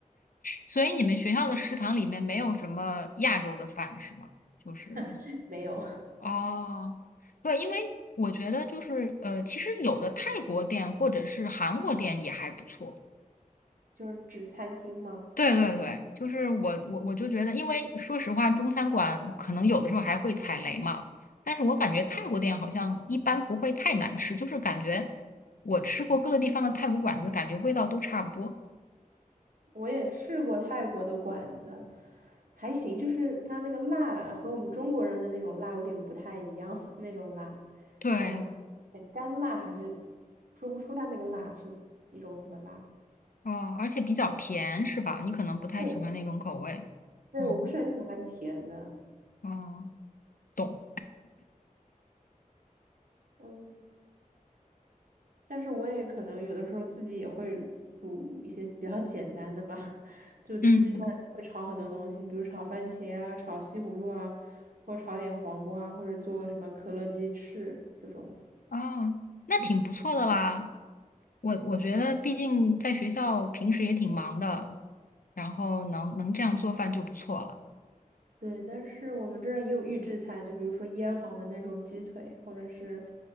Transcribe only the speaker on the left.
所以你们学校的食堂里面没有什么亚洲的饭是吗？就是
哦，对，因为我觉得就是呃，其实有的泰国店或者是韩国店也还不错。
对对对，就是我我我就觉得，因为说实话，中餐馆可能有的时候还会踩雷嘛，但是我感觉泰国店好像一般不会太难吃，就是感觉我吃过各个地方的泰国馆子，感觉味道都差不多。
对，
哦，而且比较甜，是吧？你可能不太喜欢那种口味。
嗯，
哦，懂。
嗯，
啊，那挺不错的啦。
我我觉得，毕竟在学校平时也挺忙的，然后能能这样做饭就不错了。